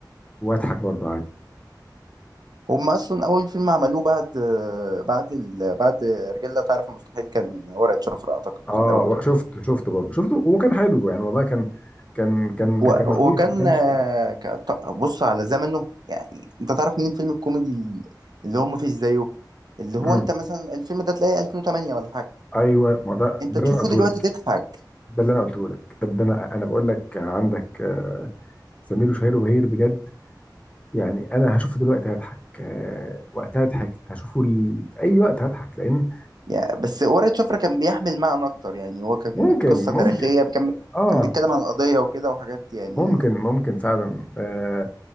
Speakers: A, on the left; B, on the right.
A: واضحك برضه عادي
B: هم اصلا اول فيلم عملوه بعد آه، بعد ال... بعد رجال لا تعرف المستحيل كان ورقة شفرة اعتقد
A: اه
B: الاول
A: و- شفته شفته برضه شفته وكان حلو يعني والله كان كان كان
B: و-
A: كان كان لطيف
B: وكان
A: ما كانش
B: آه، ك- ط- بص على زمنه يعني انت تعرف مين الفيلم الكوميدي ال- اللي هو ما فيش زيه اللي هو
A: امم
B: انت مثلا الفيلم ده تلاقيه 2008 ولا حاجه
A: ايوه ما ده
B: انت
A: ده
B: تشوفه
A: اللي انا قلته
B: دلوقتي
A: لك
B: تضحك
A: ده اللي انا قلته لك ده ده انا انا بقول لك عندك آه، سمير وشهير وبهير بجد يعني انا هشوفه دلوقتي هضحك آه، وقتها هضحك هشوفه ل... اي وقت هضحك لان
B: يعني بس ورقة شفرة كان بيحمل معنى اكتر يعني هو كان
A: ممكن
B: قصه
A: ممكن
B: تاريخيه كان
A: اه
B: كان بيتكلم عن قضيه وكده وحاجات يعني
A: ممكن ممكن فعلا آه